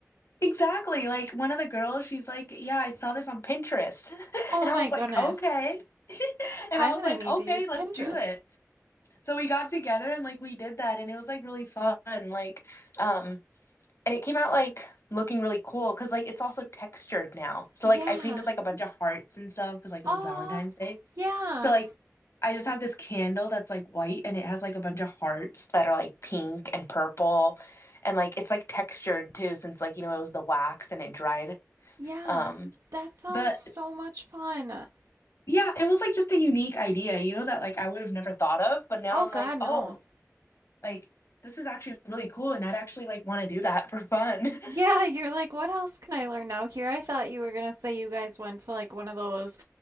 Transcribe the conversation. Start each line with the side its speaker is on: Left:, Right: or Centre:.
Left: Exactly. Like one of the girls, she's like, Yeah, I saw this on Pinterest. <laughs>
Right: Oh
Left: And
Right: my
Left: I was
Right: goodness.
Left: like, Okay. <laughs> And
Right: I'm
Left: I
Right: gonna
Left: was like,
Right: need
Left: Okay,
Right: to use
Left: let's
Right: Pinterest.
Left: do it. So we got together and like we did that and it was like really fun. Like, um, And it came out like looking really cool because like it's also textured now. So
Right: Yeah.
Left: like I painted like a bunch of hearts and stuff because like it
Right: Oh,
Left: was Valentine's Day.
Right: yeah.
Left: So like I just have this candle that's like white and it has like a bunch of hearts that are like pink and purple and like it's like textured too since like you know it was the wax and it dried.
Right: Yeah.
Left: Um
Right: That sounds
Left: but
Right: so much fun.
Left: yeah, it was like just a unique idea, you know, that like I would have never thought of, but now
Right: Oh
Left: I'm
Right: God,
Left: like,
Right: no.
Left: oh, like this is actually really cool and I'd actually like want to do that for fun. <laughs>
Right: Yeah, you're like, what else can I learn now here? I thought you were gonna say you guys went to like one of those